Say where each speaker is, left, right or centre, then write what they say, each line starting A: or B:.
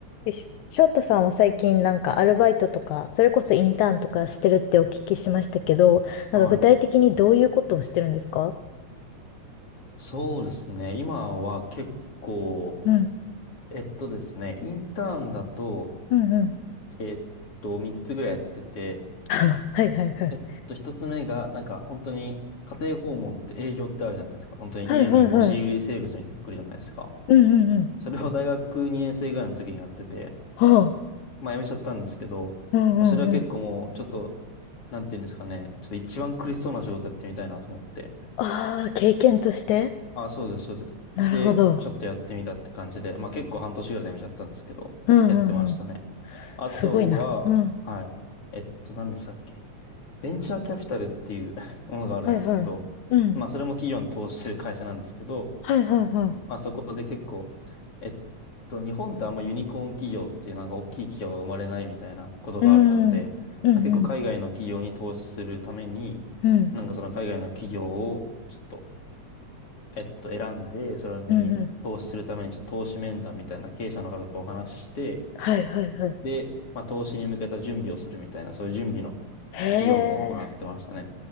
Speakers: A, on the left; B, on the left.
A: よいしょショットさんは最近なんかアルバイトとか、それこそインターンとかしてるってお聞きしましたけど、
B: はい。
A: なんか具体的にどういうことをしてるんですか
B: そうですね。今は結構、
A: うん。
B: えっとですね、インターンだと、
A: うんうん。
B: えっと、3つぐらいやってて、
A: <laughs> はいはいはい。
B: えっと、一つ目が、なんか本当に家庭訪問って営業ってあるじゃないですか。本当に家に押し売りセールスみたいなの来るじゃないですか。
A: はいはいはい。うんうんうん。
B: それを大学2年生ぐらいの時にやってて、
A: はあ。
B: まあ辞めちゃったんですけど、
A: うんうんうん。
B: まあ、それは結構もう、ちょっと、なんていうんですかね、ちょっと一番苦しそうな仕事やってみたいなと思って、
A: ああ、経験として
B: あ、そうです、そうです。
A: なるほど。
B: で、ちょっとやってみたって感じで、まあ結構半年ぐらいでやめちゃったんですけど、
A: うんうんうん。
B: やってましたね。あとは、
A: すごいな。うん。
B: はい。えっと、何でしたっけベンチャーキャピタルっていう <laughs> ものがあるんですけど、
A: はいはい。うん。
B: まあそれも企業に投資する会社なんですけど、
A: はいはいはい。
B: まあそこで結構、えっと、日本ってあんまユニコーン企業っていうなんか大きい企業が生まれないみたいなことがあるので、
A: うん。
B: まあ結構海外の企業に投資するために、
A: うんうん。うん。
B: なんかその海外の企業をちょっとえっと、選んで、それに投資するために、
A: うんうん。
B: ちょっと投資面談みたいな経営者の方とお話しして、
A: はいはいはい。
B: で、まあ、投資に向けた準備をするみたいな、そういう準備の
A: へ
B: 費用も行ってましたね。
A: え、